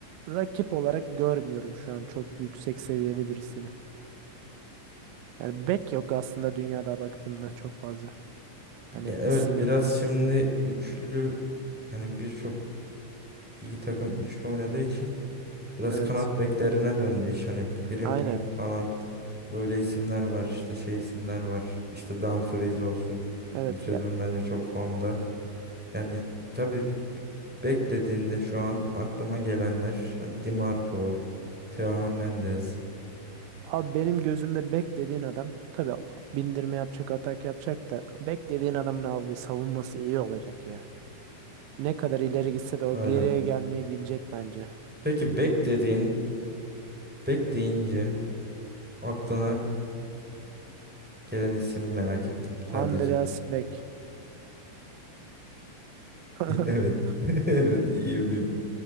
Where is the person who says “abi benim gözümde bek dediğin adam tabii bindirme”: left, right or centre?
Right